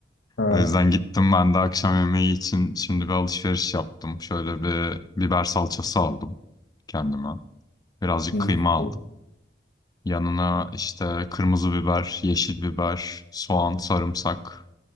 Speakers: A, on the left (about 75°); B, on the left (about 20°).
A: Ha.
B: O yüzden gittim ben de akşam yemeği için şimdi bir alışveriş yaptım. Şöyle bir biber salçası aldım kendime. Birazcık
A: hmm,
B: kıyma aldım.
A: güzel.
B: Yanına işte kırmızı biber, yeşil biber, soğan, sarımsak